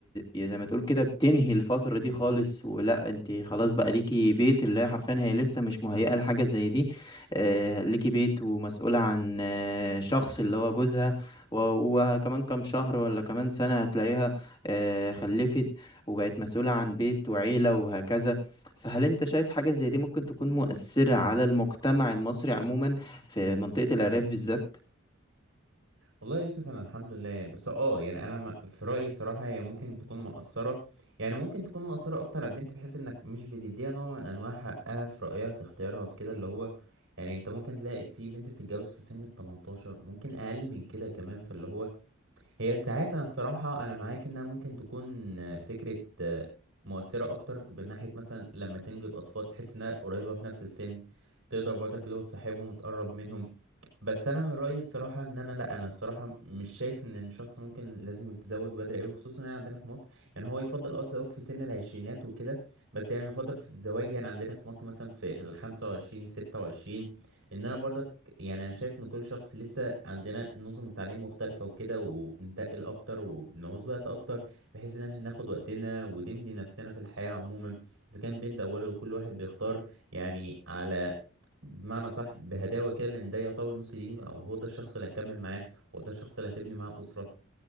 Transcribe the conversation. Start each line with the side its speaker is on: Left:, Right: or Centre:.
Left: زي ما تقول كده بتنهي الفترة دي خالص ولا انت خلاص بقى ليكي بيت اللي هي حرفيا هي لسه مش مهيئة لحاجة زي دي آه ليكي بيت ومسؤولة عن آه شخص اللي هو جوزها و... وكمان كام شهر ولا كمان سنة هتلاقيها آه خلفت وبقت مسؤولة عن بيت وعيلة وهكذا فهل انت شايف حاجة زي دي ممكن تكون مؤثرة على المجتمع المصري عموما في منطقة الأرياف بالذات؟
Right: والله يا يوسف انا الحمد لله بس اه يعني انا ما- في رايي الصراحه هي ممكن تكون مقصره يعني ممكن تكون مقصره اكتر على البنت بحيث انك مش بتديها نوع من انواع حقها في رايها في اختيارها في كده اللي هو يعني انت ممكن تلاقي في بنت بتتجوز في سن ال 18 ممكن اقل من كده كمان فاللي هو هي ساعات انا الصراحه انا معاك انها ممكن تكون آه، فكره آه، مؤثره اكتر من ناحيه مثلا لما تنجب اطفال تحس انها قريبه في نفس السن تقدر برضك اللي هو تصاحبهم وتقرب منهم بس انا من رايي الصراحه ان انا لا انا الصراحه مش شايف ان الشخص ممكن لازم يتزوج بدري قوي خصوصا يعني عندنا في مصر يعني هو يفضل اه الزواج في سن العشرينات وكده بس يعني يفضل في الزواج يعني عندنا في مصر مثلا في ال 25 26 لان انا برضك يعني انا شايف ان كل شخص لسه عندنا نظم التعليم مختلفه وكده وبنتقل اكتر وبنعوز وقت اكتر بحيث ان احنا ناخد وقتنا ونمضي نفسنا في الحياه عموما اذا كان بنت او ولد وكل واحد بيختار يعني على بمعنى صح بهداوه كده لان ده يعتبر نص ديني او هو ده الشخص اللي هتكمل معاه هو ده الشخص اللي هتبني معاه اسره